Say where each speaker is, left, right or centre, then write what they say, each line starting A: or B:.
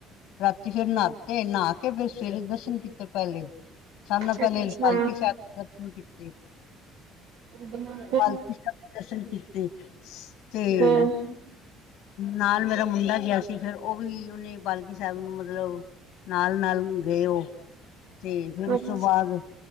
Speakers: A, on the left; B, on the right.
A: ਰਾਤੀ ਫੇਰ ਨਹਾਤੇ ਨਹਾ ਕੇ ਫਿਰ ਸਵੇਰੇ ਦਰਸ਼ਨ ਕੀਤੇ ਪਹਿਲੇ ਸਾਨ ਨਾਲ
B: ਅੱਛਾ।
A: ਪਹਿਲੇ ਪਾਲਕੀ ਸਾਹਿਬ ਦਰਸ਼ਨ ਕੀਤੇ
B: ਦਮਾਰ
A: ਪਾਲਕੂ ਸਾਹਿਬ ਦੇ ਦਰਸ਼ਨ ਕੀਤੇ ਤੇ
B: ਹੂੰ,
A: ਨਾਲ ਮੇਰਾ ਮੁੰਡਾ ਗਿਆ ਸੀ ਫੇਿਰ ਉਹ ਵੀ ਉਹਨੇ ਬਾਲਕੀ ਸਾਹਿਬ ਨੂੰ ਮਤਲਬ ਨਾਲ ਨਾਲ ਗਏ ਉਹ ਤੇ ਫੇਰ ਉਸ
B: ਅੱਛਾ,
A: ਤੋਂ ਬਾਅਦ